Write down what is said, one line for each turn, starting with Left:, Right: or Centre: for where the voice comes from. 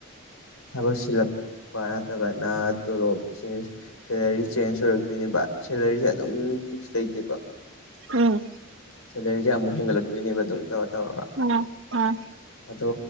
Left: ꯊꯕꯛ ꯁꯤ ꯄꯔꯠꯇꯒꯅ ꯇꯣ ꯂꯣ ꯆ ꯁꯦꯂꯔꯤ ꯆꯦꯟꯖ ꯑꯣꯏꯔꯛꯇꯣꯏꯅꯦꯕ ꯁꯦꯂꯔꯤꯁꯦ ꯑꯗꯨꯝ ꯐꯤꯛꯁ ꯂꯩꯇꯦꯕ
Right: ꯎꯝ
Left: ꯁꯦꯂꯔꯤꯁꯦ ꯑꯃꯨꯛ ꯍꯦꯟꯒꯠꯂꯛꯇꯣꯏꯅꯦꯕ ꯑꯗꯨꯝ ꯇꯧꯔ ꯇꯧꯔꯒ
Right: ꯎꯝ ꯑꯥ
Left: ꯑꯗꯣ